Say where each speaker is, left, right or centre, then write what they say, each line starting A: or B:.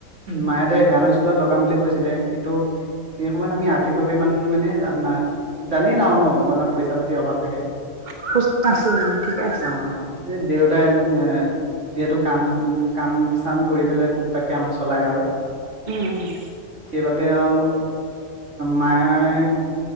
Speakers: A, on the right (about 55°); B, on the right (about 35°).
A: মাই <unintelligible> গানৰ স্কুলত লগাম বুলি কৈছিলে কিন্তু, সেইখিনি সময়ত আমি আৰ্থিকভাৱে ইমান মানে, জানেই না ন মানে পইচা পাতিৰ অভাৱ থাকে।
B: <unintelligible> ঠিকে আছিল।
A: অ দে <unintelligible> যিহেতু কাম, কাম চাম কৰি পেলাই টোপটাককে আমাক চলাই আৰু।
B: উম উম
A: সেইবাবে আৰু, মায়ো